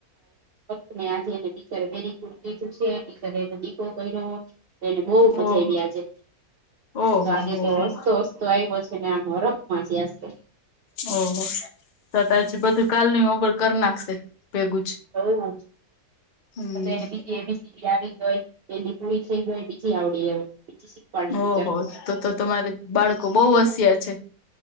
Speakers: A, on the right (about 85°); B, on the left (about 50°).
A: એને આજે એની ટીચરે વેરી ગુડ કીધું છે, ટીચર એને દીકરો કર્યો બોવ મજા
B: ઓહો
A: આયવી આજે
B: ઓહો
A: તો આજેતો
B: હો હો
A: હસતો હસતો આવ્યો છે ને આમ હરખમાં છે આજે તો
B: ઓહો તોતો આજે બધું કાલનું હોમવર્ક કરી નાખશે ભેગું જ
A: હોવ.
B: હમ્મ.
A: આતો એને બીજી એબીસીડી આવડી ગઈ પેલી પુરી થઈ ગઈ બીજી આવડી ગઈ બીજી શીખવાડી ટીચર
B: ઓહો તોતો તમારે બાળકો બોવ હોશિયાર છે.